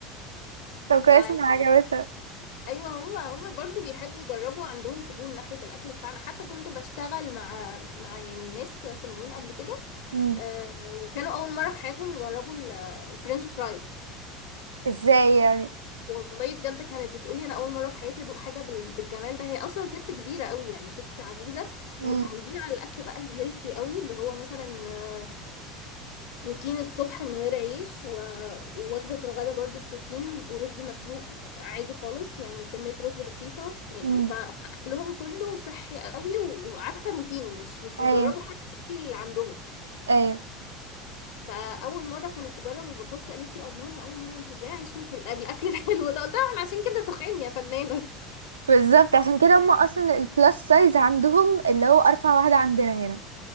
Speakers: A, on the right (about 80°); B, on the left (about 60°).
A: طب كويس
B: فيعني
A: انها عجبتها
B: ايوه هم هم برضو بيحبوا يجربوا عندهم فضول ناحيه الاكل بتاعنا حتى كنت بشتغل مع مع يعني ناس صينيين قبل كده
A: مم.
B: آه وكانوا اول مره في حياتهم يجربوا ال- الفرنش فرايز
A: ازاي يعني
B: والله بجد كانت بتقولي انا اول مره في حياتي ادوق حاجه بال- بالجمال ده هي اصلا ست كبيره قوي يعني ست عجوزه
A: مم.
B: ومتعودين على الاكل بقى الهيلثي قوي اللي هو مثلا بروتين الصبح من غير عيش و... ووجبة الغداء برضو بروتين ورز مسلوق عادي خالص يعني وكمية رز بسيطة يعني
A: مم.
B: ف- فأكلهم كله صحي قوي و- وعارفة روتيني مش مش بيجربوا
A: ايوه
B: حتى الأكل اللي عندهم
A: ايوه
B: فأول مرة كانت تجرب البطاطس قالت لي الله أنا أول مرة أنتوا إزاي عايشين في الأب- الأكل <laughs> الحلو ده قلت لها "إحنا عشان كده تخان يا فنانة <laughs>
A: بالظبط عشان كده هم اصلا البلس سايز عندهم اللي هو ارفع واحدة عندنا هنا